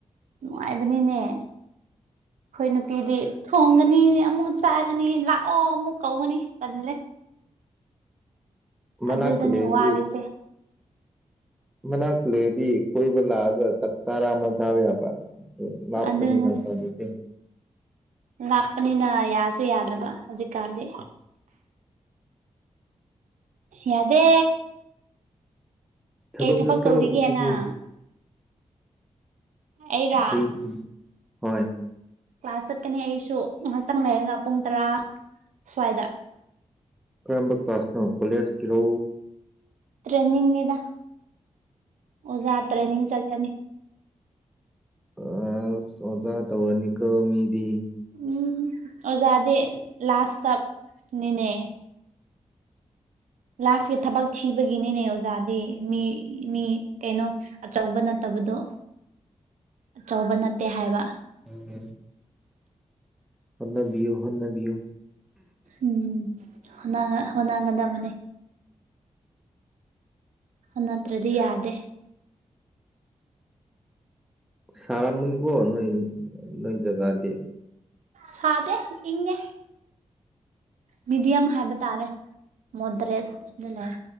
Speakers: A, on the right; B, in the centre.
A: ꯅꯨꯡꯉꯥꯏꯕꯅꯤꯅꯦ ꯑꯩꯈꯣꯏ ꯅꯨꯄꯤꯗꯤ ꯊꯣꯡꯒ ꯑꯃꯨꯛ ꯆꯥꯒꯅꯤ ꯂꯥꯛꯑꯣ ꯑꯃꯨꯛ ꯀꯧꯒꯅꯤ ꯇꯜꯂꯦ
B: ꯃꯅꯥꯛ
A: ꯑꯗꯨꯗꯅꯤ
B: ꯀꯂꯩꯕꯤ
A: ꯋꯥꯔꯤꯁꯦ
B: ꯃꯅꯥ ꯀꯂꯦꯕꯤ ꯀꯣꯏꯕ ꯂꯥꯛꯑꯒ ꯆꯥꯛ ꯆꯔꯥ ꯑꯃ ꯆꯥꯛ ꯌꯥꯕ ꯂꯥꯞꯄꯅꯤꯅ
A: ꯑꯗꯨꯅꯤ
B: ꯎꯄꯥꯢ ꯂꯩꯇꯦ
A: ꯂꯥꯞꯄꯅꯤꯅ ꯌꯥꯁꯨ ꯌꯥꯗꯕ ꯍꯧꯖꯤꯛꯀꯥꯟꯗꯤ ꯌꯥꯗꯦ
B: ꯊꯕꯛ
A: ꯀꯩ
B: ꯆꯠꯇ꯭ꯔꯣ
A: ꯇꯧꯔꯤꯒꯦ
B: ꯉꯁꯤꯗꯤ
A: ꯅꯪ ꯑꯩꯔ
B: ꯑꯩꯗꯤ ꯍꯣꯏ
A: ꯀ꯭ꯂꯥꯁ ꯆꯠꯀꯅꯤ ꯑꯩꯁꯨ ꯉꯥꯏꯍꯥꯛꯇꯪ ꯂꯩꯔꯒ ꯄꯨꯡ ꯇꯔꯥ ꯁ꯭ꯋꯥꯏꯗ
B: ꯀꯔꯝꯕ ꯀ꯭ꯂꯥꯁꯅꯣ ꯀꯣꯂꯦꯖꯀꯤꯔꯣ
A: ꯇ꯭ꯔꯦꯅꯤꯡꯅꯤꯗ ꯑꯣꯖꯥ ꯇ꯭ꯔꯦꯅꯤꯡ ꯆꯠꯀꯅꯤ
B: ꯑ ꯑꯣꯖ ꯇꯧꯕꯅꯤꯀꯣ ꯃꯤꯗꯤ
A: ꯎꯝ ꯑꯣꯖꯥꯗꯦ ꯂꯥꯁꯇ ꯅꯤꯅꯦ ꯂꯥꯁꯀꯤ ꯊꯕꯛ ꯊꯤꯕꯒꯤꯅꯤꯅꯦ ꯑꯣꯖꯥꯗꯤ ꯃꯤ ꯃꯤ ꯀꯩꯅꯣ ꯑꯆꯧꯕ ꯅꯠꯇꯕ ꯍꯥꯏꯕꯗꯣ ꯑꯆꯧꯕ ꯅꯠꯇꯦ ꯍꯥꯏꯕ
B: ꯎꯝ ꯍꯣꯠꯅꯕꯤꯌꯨ ꯍꯣꯠꯅꯕꯤꯌꯨ
A: ꯎꯝ ꯍꯣꯅꯥꯒ ꯍꯣꯅꯥꯒꯗꯕꯅꯦ ꯅꯠꯇ꯭ꯔꯗꯤ ꯌꯥꯗꯦ
B: ꯁꯔꯥ ꯃꯅꯤ ꯀꯣ ꯅꯣꯏ ꯅꯣꯏ ꯖꯒꯥꯗ
A: ꯁꯥꯗꯦ ꯏꯪꯉꯦ ꯃꯤꯗꯤꯌꯝ ꯍꯥꯏꯕ ꯇꯥꯔꯦ ꯃꯣꯗ꯭ꯔꯦꯠꯅ ꯂꯩ